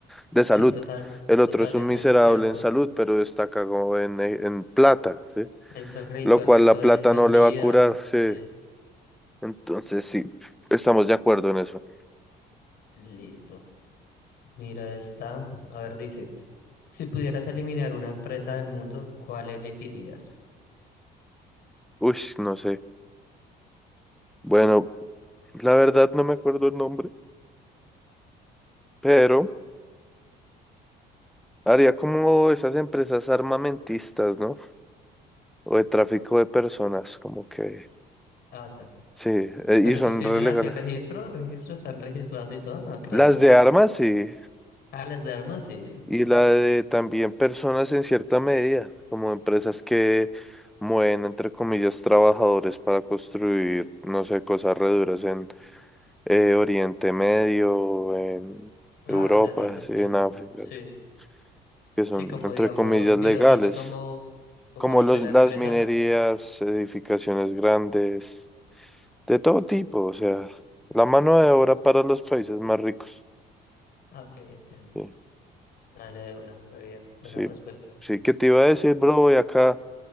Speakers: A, in the centre; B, on the left.
A: de salud.
B: sí, total,
A: El
B: totalmente
A: otro es un miserable
B: cierto.
A: en salud, pero está cagado en, eh, en plata, ¿sí?
B: Es rico,
A: Lo
B: es
A: cual
B: rico
A: la plata
B: en, en
A: no le
B: vida.
A: va a curar, sí.
B: Sí,
A: Entonces, sí, estamos de acuerdo en eso.
B: listo. Mira esta. A ver, dice, si pudieras eliminar una empresa del mundo, ¿cuál elegirías?
A: Uy, no sé. Bueno, la verdad no me acuerdo el nombre, pero haría como esas empresas armamentistas, ¿no? O de tráfico de personas, como que,
B: Ah, ya.
A: sí, eh,
B: Pero
A: y son
B: esos tienen
A: re legales.
B: así registro, registro, están registrados y todo, no creo.
A: Las de
B: <laughs>
A: armas, sí.
B: Ah, las de armas, sí,
A: Y
B: sí,
A: la
B: sí.
A: de también personas en cierta medida, como empresas que mueven, entre comillas, trabajadores para construir, no sé, cosas reduras en eh, Oriente Medio, en
B: Ah,
A: Europa,
B: ya, ya te entiendo.
A: sí, en África,
B: Sí,
A: sí, que son,
B: sí, como
A: entre
B: digamos
A: comillas,
B: videos
A: legales,
B: así como, como
A: como
B: no
A: los,
B: sé, la empresa,
A: las minerías, edificaciones grandes, de todo tipo, o sea, la
B: ya.
A: mano de obra para los países más ricos.
B: Ah, ok, entiendo.
A: Sí,
B: Dale de una, muy bien. Buena
A: sí,
B: respuesta.
A: sí, ¿qué te iba a decir, bro? Voy acá.